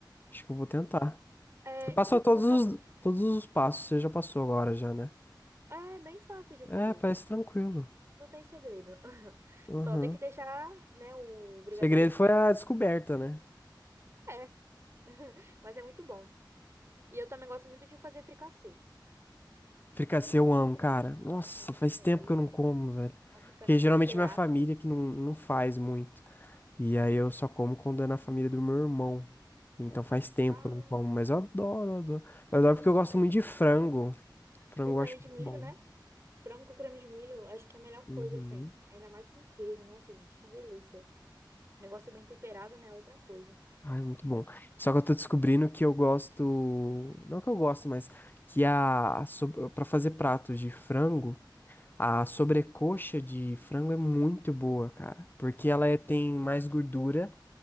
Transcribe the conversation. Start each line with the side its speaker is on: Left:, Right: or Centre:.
Left: Acho que eu vou tentar.
Right: É,
Left: Você passou
Right: e tipo,
Left: todos
Right: não fica.
Left: os, todos os passos, você já passou agora já, né?
Right: É bem fácil de
Left: É,
Right: fazer.
Left: parece tranquilo.
Right: Não tem segredo. <laughs>
Left: Uhum.
Right: Só tem que deixar,
Left: O
Right: né, o brigadeiro
Left: segredo
Right: esfriar.
Left: foi a descoberta, né?
Right: É, mas é muito bom. E eu também gosto muito de fazer fricassê.
Left: Fricassê eu amo, cara. Nossa,
Right: Nossa,
Left: faz
Right: também,
Left: tempo
Right: dele.
Left: que eu não como, velho.
Right: Nossa, fricassê
Left: Porque geralmente
Right: bem temperado.
Left: minha família
Right: né?
Left: que não, não faz muito. E aí eu só como quando é na família do meu irmão. Então faz tempo
Right: Ah,
Left: que eu não como, mas eu adoro, eu adoro. Eu adoro
Right: nossa,
Left: porque eu gosto
Right: também.
Left: muito de frango. Frango
Right: Com creme
Left: eu acho
Right: de
Left: muito
Right: milho,
Left: bom.
Right: né? Frango com creme de milho, acho que é a melhor
Left: Uhum.
Right: coisa que tem. Ainda mais com queijo. Nossa, gente, que delícia. Negócio bem temperado, né? é Outra coisa.
Left: Ai, muito bom. Só que eu tô descobrindo que eu gosto, não que eu gosto, mas que a, para fazer pratos de frango, a sobrecoxa de frango é muito boa, cara, porque ela é- tem mais gordura,